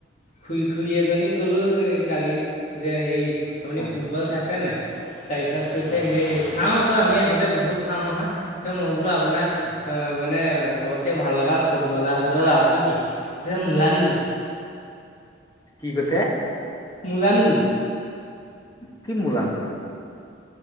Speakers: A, on the left; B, on the left.
A: খুই খুই এজনীক ক'লো কালি যে হেৰি আপুনি
B: অ
A: ফুটবল চাইছে নাই? তাইপিছত কৈছে
B: অ
A: সেই চাও আকৌ আমি আগতে বহুত চাও নহয় মই বোলো আপোনাৰ
B: অ
A: মানে চবতকে ভাল লগা ফুটবলাৰজনৰ নামটো কি চিধাই মুলাণ্ডু
B: কি কৈছে
A: মুলাণ্ডু
B: কি মুলাণ্ডু